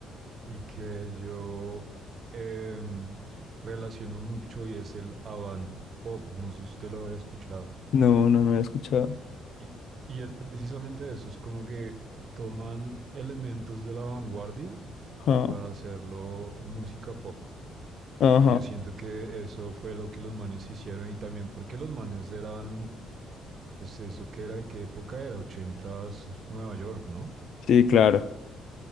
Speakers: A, on the right (about 45°); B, on the left (about 65°).
A: y que yo em, relaciono mucho y es el avant pop. No sé si usted lo había escuchado.
B: No, no, no he escuchado.
A: Y, y es precisamente eso, es como que toman elementos de la vanguardia
B: Ajá,
A: para hacerlo música pop.
B: ajá.
A: Y yo siento que eso fue lo que los manes hicieron y también porque los manes eran, pues eso que era, ¿qué época era? ochentas Nueva York, ¿no?
B: Sí, claro.